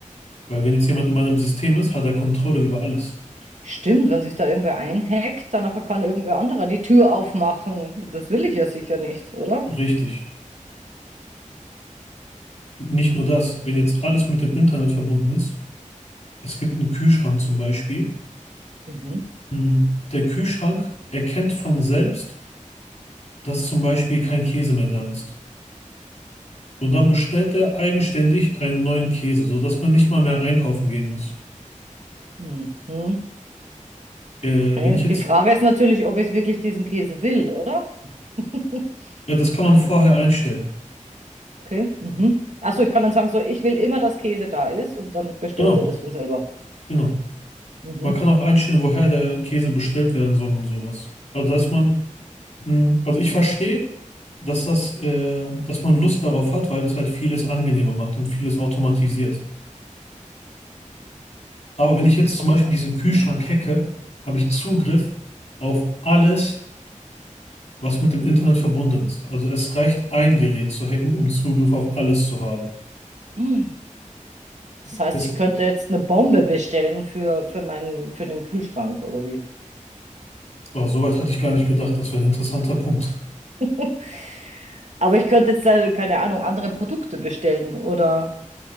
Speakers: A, on the left; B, on the right.
A: Weil wenn jetzt jemand in meinem System ist, hat er Kontrolle über alles.
B: Stimmt, wenn sich da irgendwer einhackt, dann kann irgendwer anderer die Tür aufmachen. Das will ich ja sicher nicht, oder?
A: Richtig. Nicht nur das, wenn
B: Stimmt.
A: jetzt alles mit dem Internet verbunden ist, es gibt einen Kühlschrank zum Beispiel.
B: Mhm.
A: mm, Der Kühlschrank erkennt von selbst, dass zum Beispiel kein Käse mehr da ist. Und dann bestellt er eigenständig einen neuen Käse, sodass man nicht mal mehr einkaufen gehen muss.
B: Mhm.
A: Äh,
B: Okay.
A: wenn ich jetzt,
B: Die Frage ist natürlich, ob ich wirklich diesen Käse will, oder? <laughs>
A: ja, das kann man vorher einstellen.
B: Okay. Mhm. Achso, ich kann dann sagen, so, ich will immer, dass Käse da ist und dann bestellt
A: Genau,
B: er das von selber.
A: genau.
B: Mhm.
A: Man kann auch einstellen, woher der Käse bestellt werden soll und sowas. Also dass man, mh, also ich verstehe, dass das, äh, dass man Lust darauf hat, weil es halt vieles angenehmer macht und vieles automatisiert. Aber wenn ich jetzt zum
B: Auf,
A: Beispiel diesen Kühlschrank
B: ja.
A: hacke, habe ich Zugriff auf alles, was mit dem Internet verbunden ist. Also es reicht ein Gerät zu hacken, um Zugriff auf alles zu haben.
B: Hm. Das heißt,
A: Das,
B: ich könnte jetzt eine Bombe bestellen für, für meinen, für den Kühlschrank oder wie?
A: oh, soweit hatte ich gar nicht gedacht. Das wäre ein interessanter Punkt.
B: <laughs> Aber ich könnte jetzt, äh, keine Ahnung, andere Produkte bestellen oder.